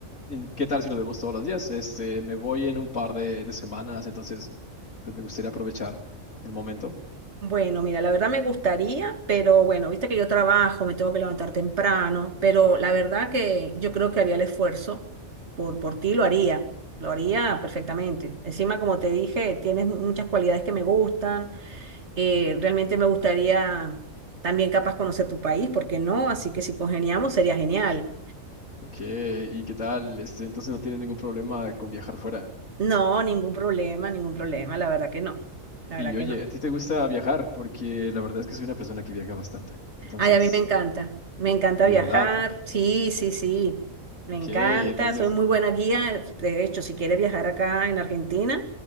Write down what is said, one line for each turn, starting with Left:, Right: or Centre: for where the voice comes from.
Left: en- ¿qué tal si nos vemos todos los días? Este, me voy en un par de, de semanas, entonces, pues me gustaría aprovechar el momento.
Right: Bueno, mira, la verdad me gustaría, pero bueno, viste que yo trabajo, me tengo que levantar temprano, pero la verdad que yo creo que haría el esfuerzo por, por ti, lo haría, lo haría perfectamente. Encima, como te dije, tienes muchas cualidades que me gustan, eh, realmente me gustaría también capaz conocer tu país, ¿por qué no? Así que si congeniamos sería genial.
Left: Ok, ¿y qué tal? Este, entonces no tienes ningún problema con viajar fuera.
Right: No, ningún problema, ningún problema, la verdad que no, la
Left: Y
Right: verdad que
Left: oye,
Right: no.
Left: ¿a ti te gusta viajar? Porque la verdad es que soy una persona que viaja bastante. Entonces,
Right: Ay, a mí me encanta, me encanta
Left: de
Right: viajar,
Left: verdad.
Right: sí, sí, sí, me
Left: Ok,
Right: encanta,
Left: entonces,
Right: soy muy buena guía, de hecho, si quieres viajar acá en Argentina,